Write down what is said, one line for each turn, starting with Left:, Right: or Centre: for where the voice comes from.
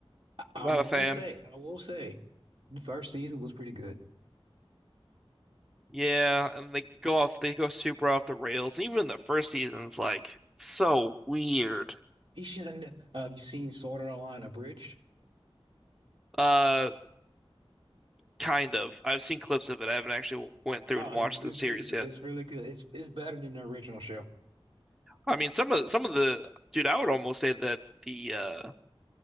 Right: I
Centre: I'm not a fan.
Right: will say, I will say, the first season was pretty good.
Centre: Yeah, and they go off they go super off the rails. Even the first season's like so weird.
Right: He shouldn't uh you seen Sword Art Online Abridged?
Centre: Uh kind of. I've seen clips of it. I haven't actually went through
Right: Oh,
Centre: and
Right: it's
Centre: watched
Right: it's
Centre: the series
Right: it's
Centre: yet.
Right: it's really good. It's it's better than the original show.
Centre: I mean some of some of the dude I would almost say that the uh